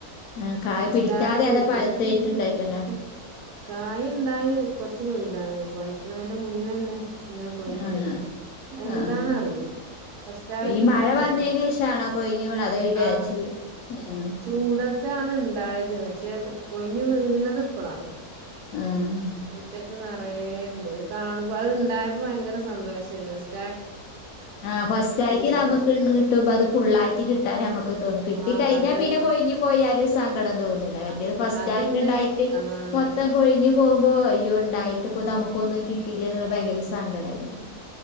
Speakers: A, on the left; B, on the right.
A: ആഹ് കായ
B: ഫസ്റ്റായിട്ട്
A: പിടിക്കാതെ അതാ പഴുത്തായിട്ടുണ്ടായിട്ടന്നെ
B: ഇവിടുന്നു <unintelligible> കായിണ്ടായി. കൊറച്ചു <unintelligible> ഇതായി വഴിക്കണതിന്റെ മുന്നെന്നെ ഇങ്ങനെ കൊയ്ഞ്
A: ആഹ്
B: വിക. എന്തണ്
A: ആഹ്
B: അറീല്ല. ഫസ്റ്റ് ആയിട്ട്
A: ഈ
B: ഇണ്ടായത
A: മഴ വന്നതിന് ശേഷാണോ കൊഴിഞ്ഞ് വീണത് അതോ ഈ വേ
B: ആ
A: ചൂട് ആഹ്
B: ചൂട ത്താണ് ഇണ്ടായത്. പക്ഷെ കൊയ്ഞ്ഞു വീണത് ഇപ്പളാണ്.
A: ആഹ്
B: മറ്റത്ത് നറയേ ഇണ്ട്. കാണുമ്പ അത് ഇണ്ടായപ്പോ ഭയങ്കര സന്തോഷേനി ഫസ്റ്റ്.
A: ആ ഫസ്റ്റ് ആയിട്ട്
B: പോവും
A: നമുക്ക് കിട്ടുമ്പം അത് ഫുള്ളായിട്ട് കിട്ടാൻ
B: ആഹ്
A: നമ്മുക്ക് തോന്നും. കിട്ടി കഴിഞ്ഞാൽ
B: അത്
A: പിന്നെ കൊഴിഞ്ഞു പോയാല്. സങ്കടം തോന്നുല്ല മറ്റേത്
B: ആ,
A: ഫസ്റ്റ്
B: അതിങ്ങനെ
A: ആയിട്ട് ഇണ്ടായിട്ട്
B: ആഹ്
A: മൊത്തം കൊഴിഞ്ഞ പോകുമ്പോ അയ്യോ ഇണ്ടായിട്ട് ഇപ്പൊ നമുക്ക് ഒന്നും കിട്ടീല്ലെ എന്നുള്ള ഭയങ്കര സങ്കടായിരിക്കും.